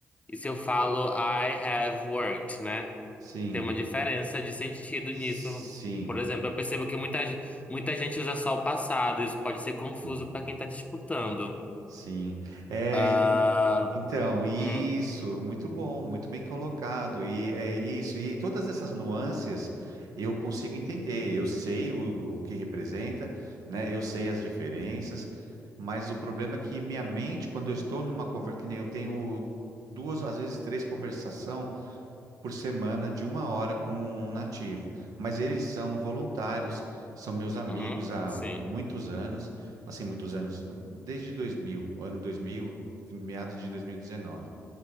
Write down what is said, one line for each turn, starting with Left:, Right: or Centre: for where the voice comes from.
Left: e se eu falo I have worked, né?
Right: sim,
Left: Tem uma diferença de sentido
Right: sim.
Left: nisso. Por exemplo, eu percebo que muita, ge- muita gente usa só o passado, isso pode ser confuso
Right: Sim.
Left: para quem tá te escutando.
Right: Sim. É,
Left: Ah,
Right: en- então, isso,
Left: uhum,
Right: muito bom, muito bem colocado. E é isso, e todas essas nuances eu consigo entender. Eu sei o, o que representa, né? Eu sei as diferenças, mas o problema é que minha mente, quando eu estou numa conversa, que nem eu tenho duas, às vezes três conversações por semana de uma hora com um nativo. Mas eles são voluntários, são meus amigos
Left: uhum,
Right: há
Left: sim,
Right: muitos anos, assim, muitos anos, desde 2000, o ano 2000, meados de 2019.